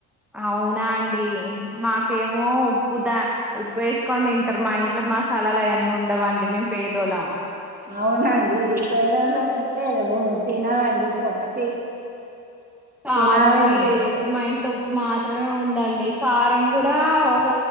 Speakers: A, in the centre; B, on the right.
A: అవునండి మాకేమో ఉప్పు దా ఉప్పు వేసుకొని తింటారు మా ఇంట్లో మాసాలలు అయన్నీ ఉండవండి మేము పేదోలం
B: అవునండి పది రోజులకే తినాలండి పొట్టకి
A: కారం
B: తినాలండి
A: మే లే మా ఇంట్లో ఉప్పు ఉప్పు మాత్రమే ఉందండి కారం కూడా ఒక